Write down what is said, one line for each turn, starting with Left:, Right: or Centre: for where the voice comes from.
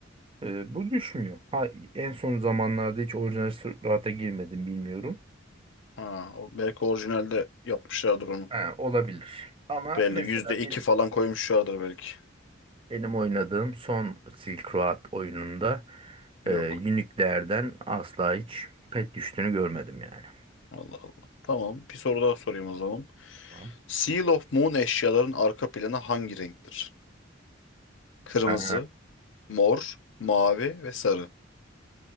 Right: eee, bu düşmüyor. Ha, en son zamanlarda hiç orijinal Silverado'ya girmedim bilmiyorum.
Left: ha. O belki orijinalde yapmışlardır onu.
Right: Ha, olabilir. Ama
Left: Belli
Right: mesela
Left: yüzde iki
Right: benim,
Left: falan koymuşlardır belki.
Right: benim oynadığım son Silk Road oyununda
Left: Yok.
Right: eee Unique'lerden asla hiç pet düştüğünü görmedim yani.
Left: Allah Allah. Tamam. Bir soru daha sorayım o zaman.
Right: Tamam.
Left: Seal of Moon eşyaların arka planı hangi renktir? Kırmızı,
Right: Ha,
Left: mor, mavi ve sarı.